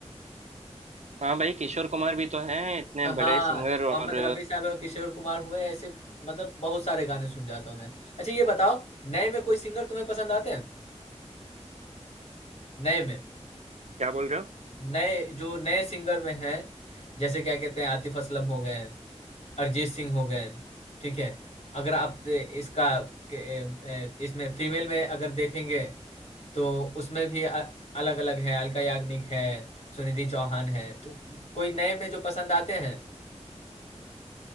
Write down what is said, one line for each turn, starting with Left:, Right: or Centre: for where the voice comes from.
Right: हाँ भाई किशोर कुमार भी तो हैं इतने
Left: हाँ
Right: बड़े सिंगर और
Left: मोहम्मद रफी साहब और किशोर कुमार हुए ऐसे मतलब बहुत सारे गाने सुन जाता हूँ मैं अच्छा ये बताओ नए में कोई सिंगर तुम्हें पसंद आते हैं नए में
Right: क्या बोल रहे हो
Left: नए जो नए सिंगर में हैं जैसे क्या कहते हैं आतिफ असलम हो गए अरिजीत सिंह हो गए ठीक है अगर आप ए, इसका के- ए, इसमें फीमेल में अगर देखेंगे तो उसमें भी अलग अलग है अलका याग्निक है सुनिधि चौहान है तो कोई नए में जो पसंद आते हैं